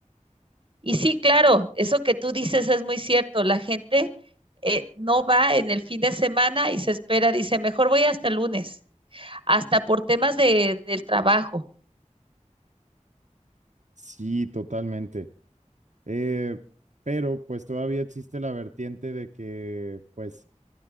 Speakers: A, on the right; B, on the right.
A: Y sí, claro, eso que tú dices es muy cierto. La gente eh, no va en el fin de semana y se espera, dice, mejor voy hasta el lunes, hasta por temas de, del trabajo.
B: Sí, totalmente. Eh, pero pues todavía existe la vertiente de que pues